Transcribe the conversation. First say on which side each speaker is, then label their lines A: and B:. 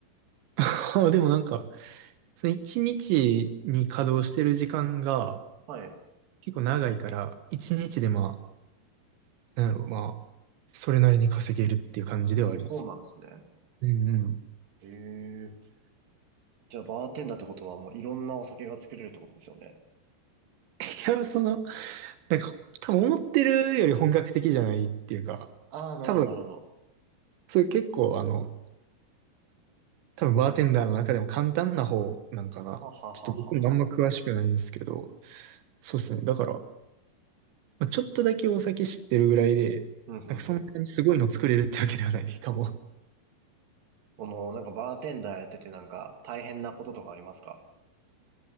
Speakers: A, on the right; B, on the right.
A: <laughs> あでもなんか、その1日にちに稼働してる時間が
B: はい。
A: 結構長いから、1日でまなんやろ、まあ、それなりに稼げるっていう感じではありますね。
B: おー、そうなんですね。
A: うんうん。
B: ええ。じゃあ、バーテンダーってことはもういろんなお酒が作れるってことですよね。
A: いや、その、なんか、多分思ってるより本格的じゃないっていうか、
B: ああ、なるほど、
A: 多分、
B: なるほど。
A: それ結構、あの、多分バーテンダーの中でも簡単な方なんかな。
B: ははははは。
A: ちょっと僕もあんま詳しくないんですけど、そうですね。だから、まあちょっとだけお酒知ってるぐらいで、
B: ふんふんふん
A: なんかそんなにすごいの作れるってわけではない <laughs> かも。
B: この、なんかバーテンダーやっててなんか大変なこととかありますか